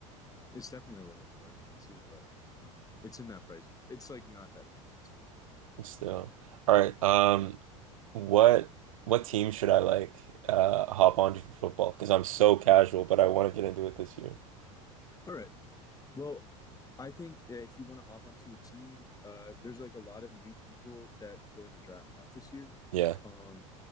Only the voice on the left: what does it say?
It's definitely a little more expensive, but um, it's in that price. It's like not that expensive.
All right. Well, I think uh, if you want to hop onto a team, uh, there's like a lot of new people that joined the draft this year.
Um,